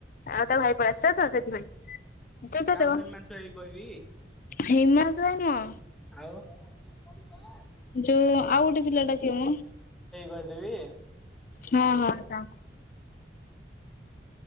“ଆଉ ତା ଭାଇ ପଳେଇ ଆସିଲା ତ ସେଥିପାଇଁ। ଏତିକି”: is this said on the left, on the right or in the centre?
Left